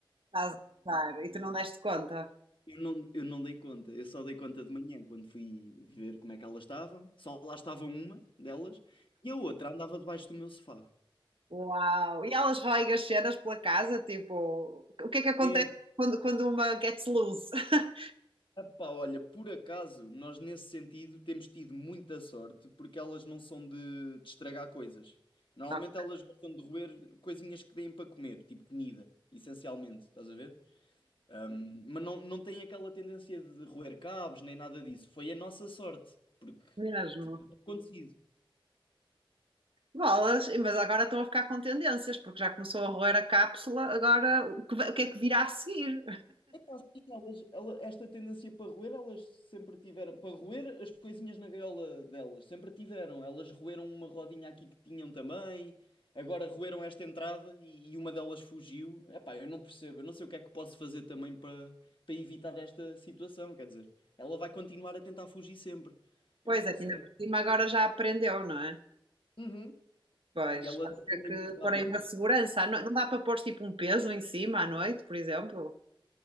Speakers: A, on the right; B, on the left.
A: Estás a usar e tu não deste conta?
B: Eu não, eu não dei conta, eu só dei conta de manhã quando fui ver como é que elas estavam. Só lá estava uma delas e a outra andava debaixo do meu sofá.
A: Uau! E elas roem as cenas pela casa, tipo, o que é que acontece
B: É,
A: quando, quando uma gets loose? <laughs>
B: pá, olha, por acaso nós nesse sentido temos tido muita sorte porque elas não são de, de estragar coisas. Normalmente
A: Ok,
B: elas gostam de roer coisinhas que deem para comer, tipo comida, essencialmente, estás a ver? Ahm, mas não, não têm aquela tendência de roer cabos nem nada disso. Foi a nossa sorte, porque,
A: Mesmo.
B: porque tinha acontecido.
A: Bolas, e- mas agora estão a ficar com tendências, porque já começou a roer a cápsula, agora o que, vai- o que é que virá a seguir?
B: Epá, sim, elas- ela- esta tendência para roer, elas sempre tiveram. Para roer as coisinhas na gaiola delas, sempre tiveram. Elas roeram uma rodinha aqui que tinham também, agora roeram esta entrada e, e uma delas fugiu. Epá, eu não percebo, eu não sei o que é que posso fazer também para, para evitar esta situação. Quer dizer, ela vai continuar a tentar fugir sempre. Eu
A: Pois
B: não
A: é,
B: sei.
A: que ainda por cima agora já aprendeu, não é?
B: Uhum.
A: Pois,
B: E elas
A: pode
B: aprendem
A: ser que
B: muito rápido.
A: pôr aí uma segurança. Ah, Não, não dá para pôr tipo um peso em cima à noite, por exemplo?